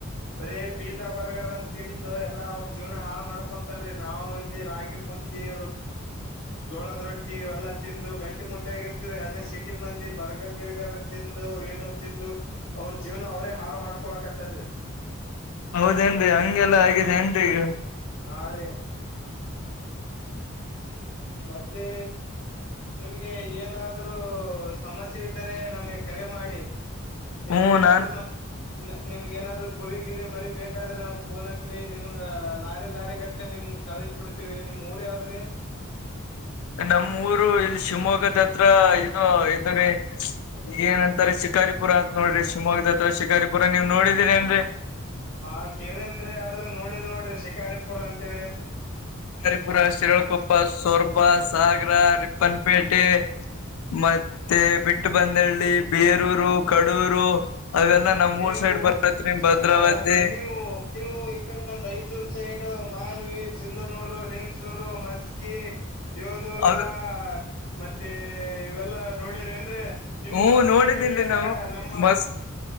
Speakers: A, on the left; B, on the left.
A: ಬರೀ ಪಿಜಾ ಬರ್ಗರ್ ಅಂತ ತಿಂದು ಎಲ್ಲಾ ಅವ್ರ ಜೀವನಾ ಹಾಳ ಮಾಡ್ಕೊಂತಾರೀ ನಾವ ಇಲ್ಲಿ ರಾಗಿ ಮುದ್ ತೀರು ಜೋಳದ ರೊಟ್ಟಿ ಇವೆಲ್ಲಾ ತಿಂದು ಗಟ್ಟಿ ಮುಟ್ಟಿ ಆಗಿರ್ತಿವ್ರಿ ಅದೇ ಸಿಟಿ ಮಂದಿ ಬರ್ಗರ್ ಗಿರ್ಗರ್ ಅಂತಿದ್ ತಿಂದು ಏನೋ ತಿಂದು ಅವ್ರ ಜೀವನ ಅವ್ರೇ ಹಾಳ್ ಮಾಡ್ಕೊಳಕತ್ತಾರೀ.
B: ಹೌದೇನ್ರೀ ಹಂಗೆಲ್ಲಾ ಆಗಿದೆ ಏನ್ರಿ ಈಗ.
A: ಹಾ ರೀ. ಮತ್ತೆ. ನಿಮ್ಗೆ ಏನಾದರೂ ಸಮಸ್ಯೆ ಇದ್ದರೆ ನಮ್ಗೆ ಕರೆ ಮಾಡಿ. ನಿಮಗ್
B: ಹ್ಮ್
A: ಏನಾದ್ರು
B: ನಾನ್
A: ನಮ್ ನಿಮ್ಗ ಏನಾದ್ರು ಕುರಿಗಿರಿ ಮರಿ ಬೇಕಾದ್ರೆ ನಮಗ್ ಫೋನ್ ಹಚ್ಚರಿ ನಿಮ್ಗ ಲಾರಿ ಲಾರಿ ಗಟ್ಲೆ ನಿಮ್ ಕಳಿಸ್ ಬಿಡ್ತೀವಿ ನಿಮ್ ಊರ್ ಯಾವದರಿ.
B: ನಮ್ಮ್ ಊರು ಇಲ್ಲಿ ಶಿವಮೊಗ್ಗದ ಹತ್ರ ಇದು ಇದುರಿ. ಈಗ ಏನಂತಾರೆ ಶಿಕಾರಿಪುರ ಅಂತ ನೋಡ್ರಿ ಶಿವಮೊಗ್ಗದ ಹತ್ರ ಶಿಕಾರಿಪುರ ನೀವು ನೋಡಿದೀರ ಏನ್ರಿ.
A: ಹ ಕೇಳೇಂದ್ರೆ ಆದ್ರೂ ನೋಡಿಲ್ ನೋಡ್ರಿ ಶಿಕಾರಿಪುರ್ ಅಂತೇಳಿ.
B: ಶಿಕಾರಿಪುರ ಶಿರಳಕೊಪ್ಪ ಸೋರ್ಬಾ ಸಾಗರ ರಿಪ್ಪನ್ಪೇಟೆ ಮತ್ತೆ ಬಿಟ್ಟಬಂದಳ್ಳಿ ಬೇರೂರು ಕಡೂರು ಅವೆಲ್ಲಾ ನಮ್
A: ನೀವು
B: ಊರ್ ಸೈಡ್ ಬರತ್ರಿ ಭದ್ರಾವತಿ
A: ಆ ನೀವು ನೀವು ಈ ಕಡೆ ನಮ ರಾಯಚೂರ್ ಸೈಡ್ ಮಾನ್ವಿ, ಸಿಂಧನೂರು, ಲಿಂಗಸೂರು, ಮಸ್ಕಿ, ದೇವದುರ್ಗ
B: ಅ
A: ಮತ್ತೆ ಇವೆಲ್ಲಾ ನೋಡಿರಿ ಏನ್ರೀ ನಿಮ್ಮ
B: ಹ್ಮ
A: ಮಸ್ಕಿ
B: ನೋಡಿದೀನ್ರಿ
A: ಕಡ
B: ನಾವು
A: ನಮ್ಮ
B: ಮಸ್